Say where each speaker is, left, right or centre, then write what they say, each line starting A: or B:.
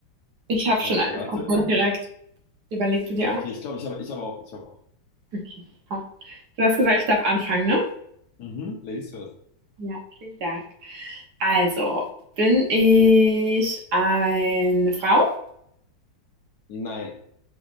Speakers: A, on the right; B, on the left.
A: ich habe
B: Okay,
A: schon angefangen
B: warte.
A: und direkt. Überlegst du dir
B: Okay,
A: auch?
B: ich glaube, ich habe ich habe auch, ich habe auch.
A: Okay. ja. Du hast gesagt, ich darf anfangen, ne?
B: Mhm, Ladies first.
A: Ja, vielen Dank. Also, bin ich eine Frau?
B: Nein.